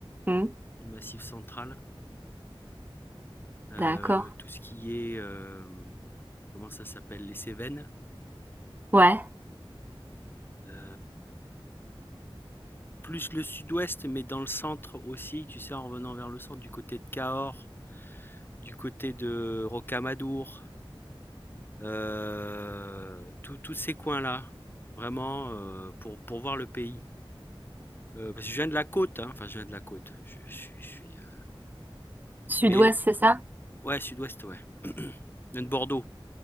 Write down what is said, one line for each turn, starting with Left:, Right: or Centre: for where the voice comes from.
Right: Hmm.
Left: le Massif central, heu,
Right: D'accord.
Left: tout ce qui est, hem, comment ça s'appelle? Les Cévennes,
Right: Ouais.
Left: heu, plus le sud-ouest, mais dans le centre aussi, tu sais, en revenant vers le centre, du côté de Cahors, du côté de Rocamadour. euh, tout- tous ces coins-là, vraiment, euh, pour, pour voir le pays. Euh, parce que je viens de la côte, hein, enfin, je viens de la côte. Je, je suis. je suis, euh,
Right: Sud-ouest,
Left: mais,
Right: c'est ça?
Left: ouais, sud-ouest, ouais. <clears throat> Je viens de Bordeaux.